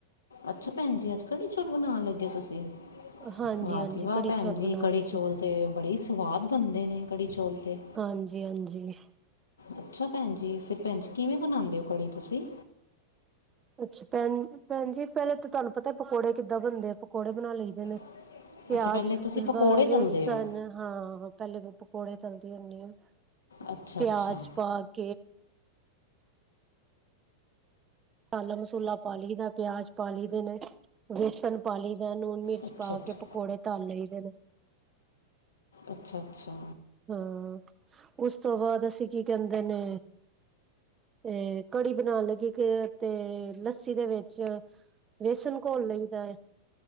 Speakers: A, on the left; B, on the right.
A: ਅਛਾ ਭੈਣ ਜੀ ਅਜ ਕੜੀ ਚੋਟ ਬਣਾਉਣ ਲਗੇਆ ਤੁਸੀ
B: ਹਾਂਜੀ
A: ਵਾਜੀ
B: ਹਾਂਜੀ
A: ਵਾਹ
B: ਕੜੀ
A: ਭੈਣ
B: ਚੌਲ
A: ਜੀ
B: ਬਣਾਉਣ
A: ਕੜੀ
B: ਲੱਗੇ
A: ਚੋਲ
B: ਸੀ
A: ਤੇ ਬੜੇ ਸਵਾਦ ਬਣਦੇ ਨੇ ਕੜੀ ਚੋਲ ਤੇ
B: ਹਾਂਜੀ ਹਾਂਜੀ।
A: ਅੱਛਾ ਭੈਣ ਜੀ। ਫਿਰ ਭੈਣ ਜੀ ਕਿਵੇਂ ਬਣਾਉਂਦੇ ਓ ਕੜੀ ਤੁਸੀਂ?
B: ਅੱਛਾ ਭੈਣ ਭੈਣ ਜੀ। ਪਹਿਲੇ ਤਾਂ ਤੁਹਾਨੂੰ ਪਤਾ ਪਕੌੜੇ ਕਿੱਦਾਂ ਬਣਦੇ ਆ? ਪਕੌੜੇ ਬਣਾ ਲਈਦੇ ਨੇ।
A: <unintelligible>
B: ਪਿਆਜ਼, ਫੁਲਵਾ,
A: ਤੁਸੀਂ ਪਕੌੜੇ
B: ਬੇਸਨ
A: ਤਲਦੇ ਹੋ
B: ਹਾਂ ਪਹਿਲੇ ਮੈਂ ਪਕੌੜੇ ਤਲ ਦੀ ਹੁੰਦੀ ਆ।
A: ਅੱਛਾ
B: ਪਿਆਜ
A: ਅੱਛਾ।
B: ਪਾਕੇ ਮਸਾਲਾ ਮਸੂਲਾ ਪਾ ਲਈ ਦਾ ਪਿਆਜ਼ ਪਾ ਲਈ ਦੇ ਨੇ ਬੇਸਣ ਪਾ ਲਈ ਦਾ ਲੂਣ ਮਿਰਚ
A: ਅੱਛਾ
B: ਪਾ
A: ਅੱਛਾ
B: ਕੇ ਪਕੌੜੇ ਤਲ ਲਈ ਦੇ ਨੇ।
A: ਅੱਛਾ, ਅੱਛਾ
B: ਹਾਂ ਉਸ ਤੋ ਬਾਅਦ ਅਸੀ ਕੀ ਕਹਿਦੇ ਨੇ ਅ ਕੜੀ ਬਣਾਣੇ ਲਗੀ ਕਿ ਤੇ ਲਸੀ ਦੇ ਵਿਚ ਵੇਸਣ ਘੋਲ ਲਈ ਦਾ,